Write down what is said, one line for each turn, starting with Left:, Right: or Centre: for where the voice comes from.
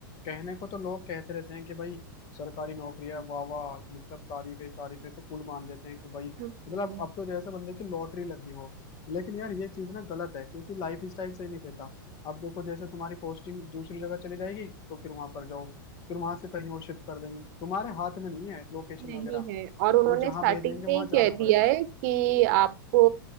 Left: कहने को तो लोग कहते रहते हैं कि भाई सरकारी नौकरी है वाह वाह मतलब तारीफे तारीफे को पुल मान देते हैं कि भाई
Right: रहा है
Left: मतलब अब तो जैसे बंदे की लॉटरी लगी हो लेकिन यार ये चीज ना गलत है क्योंकि लाइफ स्टाइल सही नहीं रहता अब देखो जैसे तुम्हारी पोस्टिंग दूसरी जगह चली जाएगी तो फिर वहां पर जाओ फिर वहां से कहीं और शिफ्ट कर देंगे तुम्हारे हाथ में नहीं है लोकेशन
Right: नहीं
Left: वगैरह
Right: है और उन्होंने
Left: वो जहाँ
Right: स्टार्टिंग
Left: भेजेंगे वहां
Right: में ही कह
Left: जाना
Right: दिया
Left: पड़ेगा
Right: है कि आपको